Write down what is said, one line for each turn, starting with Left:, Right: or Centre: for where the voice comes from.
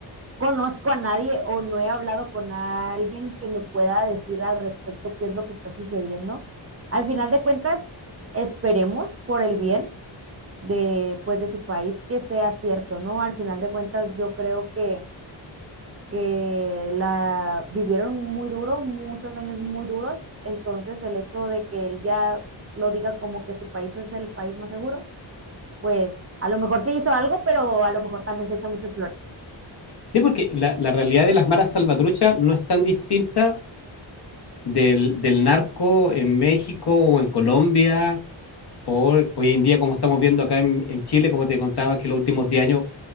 Right: conozco a nadie o no he hablado con alguien que me pueda decir al respecto qué es lo que está sucediendo. Al final de cuentas, esperemos por el bien de, pues, de su país que sea cierto, ¿no? Al final de cuentas, yo creo que, que la vivieron muy duro, muchos años muy duros, entonces el hecho de que él ya lo diga como que su país es el país más seguro, pues a lo mejor sí hizo algo, pero a lo mejor también se echa muchas flores.
Left: Sí, porque la, la realidad de las maras salvatruchas no es tan distinta del, del narco en México o en Colombia o hoy en día como estamos viendo acá en, en Chile, como te contaba que los últimos 10 años